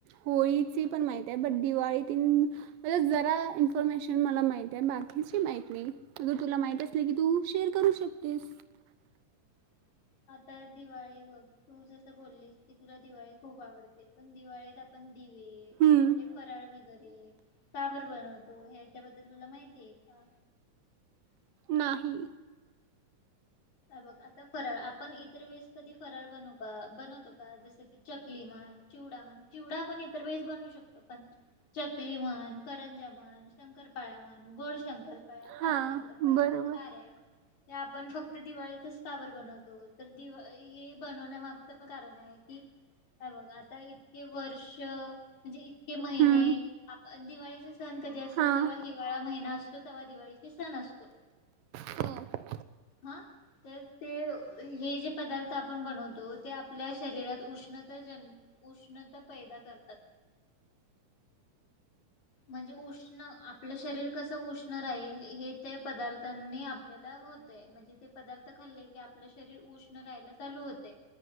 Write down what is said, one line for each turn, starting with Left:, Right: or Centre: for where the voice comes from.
Right: होळीची पण माहित आहे ब दिवाळी इन्फमेशन मला मा बा मा नाही तु मा अस की तू शेअर करू शकतेस.
Left: <inaudible> आता दिवाळी बघ तू जस बोललीस की तुला दिवाळी खूप आवडते पण दिवाळीत आपण दिवे,
Right: हम्म.
Left: हे फराळ वगैरे काबर बनवतो हच्याबद्दल तुला माहिती आहे का. <unintelligible>
Right: नाही.
Left: बघ आता फराळ आपण इतर वेळेस कधी फराळ बनू बनवतो का. की चकली म्हण चिवडा म्हण चिवडा पण इतर बेस बनवू शकतो पण चकली म्हण करंजा म्हण शंकरपाळा म्हण गोड शंकर खार्या
Right: हां
Left: शंकर पळ्या
Right: बरोबर
Left: खऱ्या आपण फक्त दिवाळीतच सावरर बनवतो तर दिवा हे बनवण्यामागचं पण कारण आहे की, काय बघ आता इतके वर्ष म्हणजे इतके महिने
Right: हम्म
Left: आप दिवाळीचे सण कधी असतो,
Right: हां
Left: जव्हा हिवाळा महिना असतो तेव्हा दिवाळीचे सण असतो.
Right: सण असतो
Left: हा. तर ते हे जे पदार्थ आपण बनवतो ते आपल्या शरीरात उष्णता जन उष्णता पैदा करतात. म्हणजे उष्ण आपलं शरीर कस उष्ण राहील हे ते पदार्थांनी आपल्याला होत म्हणजे ते पदार्थ खाल्ले की आपलं शरीर उष्ण राहायला चालू होते.